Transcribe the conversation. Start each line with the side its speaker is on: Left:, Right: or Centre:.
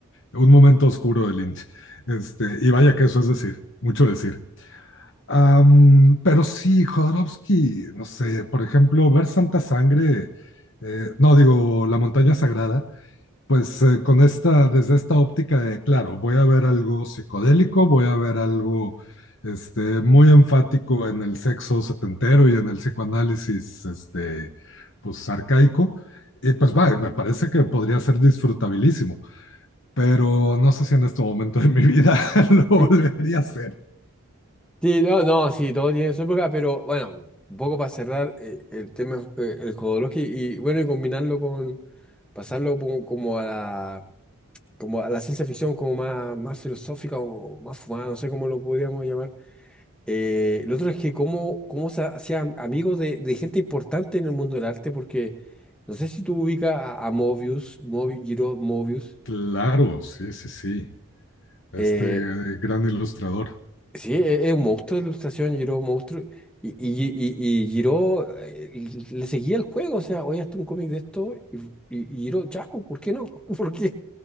Left: Un momento oscuro de Lynch. Este, y vaya que eso es decir, mucho decir. Am, pero sí, Jodorowsky, no sé, por ejemplo, ver Santa Sangre, eh, no digo La Montaña Sagrada, pues eh, con esta, desde esta óptica de, claro, voy a ver algo psicodélico, voy a ver algo este, muy enfático en el sexo setentero y en el psicoanálisis, este, pues arcaico, y pues va, me parece que podría ser disfrutabilísimo pero no sé si en este momento de mi vida <laughs> lo volvería
Centre: Mm.
Left: a hacer.
Centre: Sí, no, no, sí, todo tiene su época, pero bueno, un poco para cerrar eh, el tema, eh, el Jodorowsky y bueno, y combinarlo con, pasarlo como, como a la... como a la ciencia ficción como más, más filosófica o más fumada, no sé cómo lo podríamos llamar. Eh, lo otro es que cómo, cómo se hacía am- amigo de, de gente importante en el mundo del arte, porque no sé si tú ubicas a, a Mobius, Mobi- Giro Mobius,
Left: Claro, sí, sí, sí. Este
Centre: eh,
Left: eh, gran ilustrador.
Centre: Sí, e- es un monstruo de ilustración, Giro, un monstruo. Y, y, y, y Giro eh, le seguía el juego, o sea, hoy hasta un cómic de esto y, y, y Giro, ya, pues, ¿por qué no? <laughs> ¿Por qué?